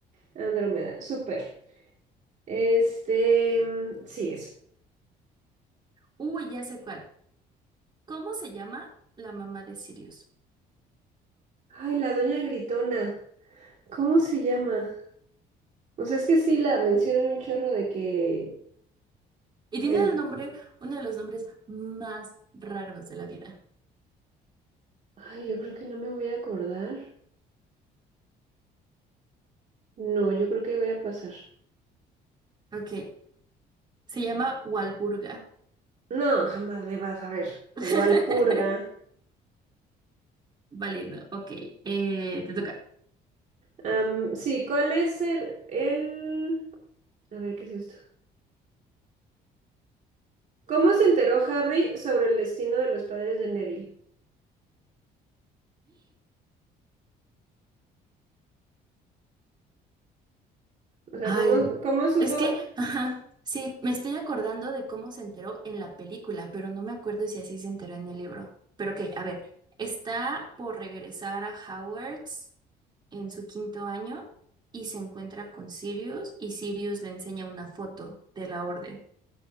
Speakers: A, on the right; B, on the right.
A: Andrómeda, súper. Este, mm, sigues.
B: Uy, ya sé cuál. ¿Cómo se llama la mamá de Sirius?
A: Ay, la doña Gritona. ¿Cómo se llama? O sea, es que sí la mencionan un chorro de que
B: Y tiene
A: el...
B: el nombre, uno de los nombres más raros de la vida.
A: Ay, yo creo que no me voy a acordar. No, yo creo que voy a pasar.
B: Ok, se llama Walburga.
A: No, jamás le vas a ver.
B: <laughs>
A: Walpurga.
B: Válido, ok. eh, te toca.
A: Am, sí, ¿cuál es el, el... A ver, ¿qué es esto? ¿Cómo se enteró Harry sobre el destino de los padres de Neville? O sea,
B: Ay,
A: ¿cómo, cómo supo...?
B: es que, ajá, sí, me estoy acordando de cómo se enteró en la película, pero no me acuerdo si así se enteró en el libro. Pero ok, a ver, está por regresar a Hogwarts en su quinto año y se encuentra con Sirius y Sirius le enseña una foto de la orden.